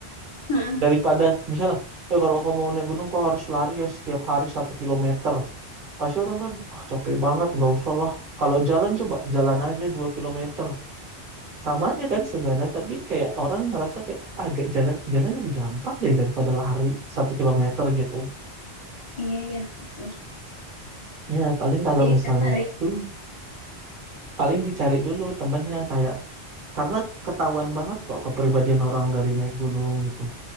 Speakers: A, on the left; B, on the right.
A: <laughs>
B: daripada misalnya ya kalau kamu mau naik gunung kau harus lari ya setiap hari satu kilometer pasti orang kan ah capek banget nggak usah lah kalau jalan coba jalan aja dua kilometer sama aja kan sebenarnya tapi kayak orang ngerasa kayak agak jalan jalan lebih gampang deh daripada lari satu kilometer gitu
A: Iya, iya. betul.
B: ya paling kalau
A: Jadi
B: misalnya
A: tertarik
B: itu paling dicari dulu temennya kayak karena ketahuan banget kok kepribadian orang dari naik gunung gitu